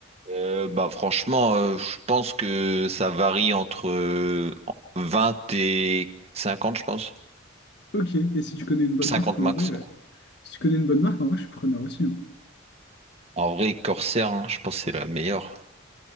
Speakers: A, on the right (about 30°); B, on the left (about 55°).
A: Euh, bah, franchement, euh, je pense que ça varie entre euh, 20 et 50, je pense.
B: Ok, et si tu connais une bonne
A: cinquante
B: marque, en
A: max.
B: vrai, euh, si tu connais une bonne marque, en vrai, je suis preneur aussi. hein.
A: En vrai, Corsair, hein, je pense que c'est la meilleure.